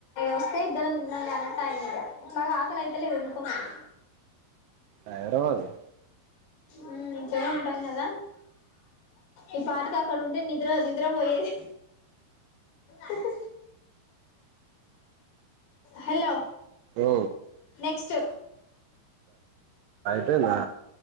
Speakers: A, on the left; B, on the right.
A: వస్తే ఇద్దర తిందంలే అనట్ అగిన ఇగ ఎట్లాగో ఆకలి అయితలేదు ఎదుకో మరి
B: హైరాబాదు
A: ఉ ఇంట్లనే ఉంటాం కదా ఈ పాటికీ అక్కడ ఉంటే నీ నిద నిద్ర పోయేది హహ హలో
B: ఓ
A: నెక్స్ట్
B: అంటేనా